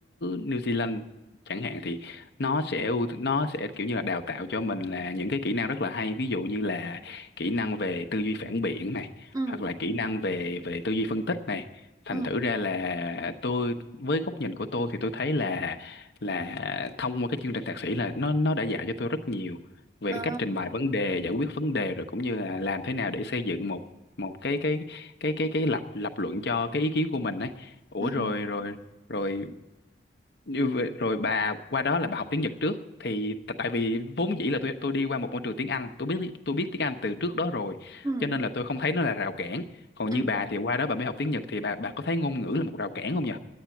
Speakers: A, on the left (about 65°); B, on the right (about 20°).
A: New Zealand chẳng hạn thì nó sẽ ưu- nó sẽ kiểu như là đào tạo cho mình là những cái kỹ năng rất là hay ví dụ như là kỹ năng về tư duy phản biện này
B: Ừ.
A: hoặc là kỹ năng về về tư duy phân tích này thành
B: ừ
A: thử ra là tôi với góc nhìn của tôi thì tôi thấy là là thông qua cái chương trình thạc sĩ là nó nó đã dạy cho tôi rất nhiều về
B: Ờ,
A: cái cách trình bày vấn đề giải quyết vấn đề rồi cũng như là làm thế nào để xây dựng một một cái cái cái cái cái lập lập luận cho cái ý kiến của mình ấy ủa
B: Ừ. ờ,
A: rồi rồi rồi như vậy- rồi bà qua đó là bà học tiếng Nhật trước thì t- tại vì vốn dĩ là tôi tôi đi qua một môi trường tiếng Anh tôi biết tôi biết tiếng Anh từ trước đó rồi
B: ừ
A: cho nên là tôi không thấy nó là rào cản còn
B: ừ
A: như bà thì qua đó bà mới học tiếng Nhật thì bà bà có thấy ngôn ngữ là một rào cản không nhỉ